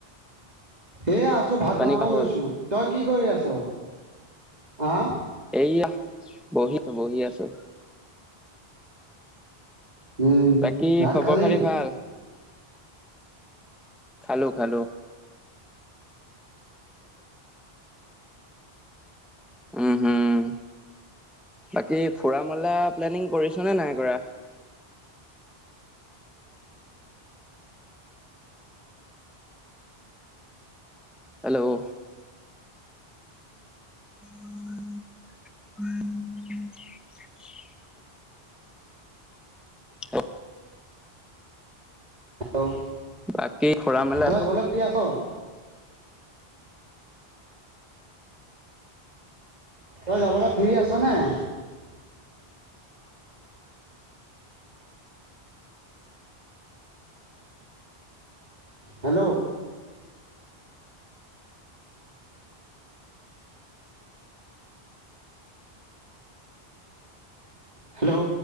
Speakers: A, on the right; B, in the centre.
A: এয়া আছ ভাত
B: পানী
A: বনাব
B: খোৱা হ'ল
A: লৈছো তই কি কৰি আছ আহ?
B: এইয়া বহিছো বহি আছো।
A: উম,
B: বাকী
A: ভাত
B: খবৰ
A: খালি?
B: খাতি ভাল খালো-খালো উম, হম বাকী ফুৰা মেলা প্লেনিং কৰিছ নে নাই কৰা? হেল্ল', <unintelligible> অহ,
A: ঔ,
B: বাকী ফুৰা মেলা
A: তই যাবলে ফ্ৰী আছ? <inaudible> তই যাবলৈ ফ্ৰী আছ নাই? Hello, hello,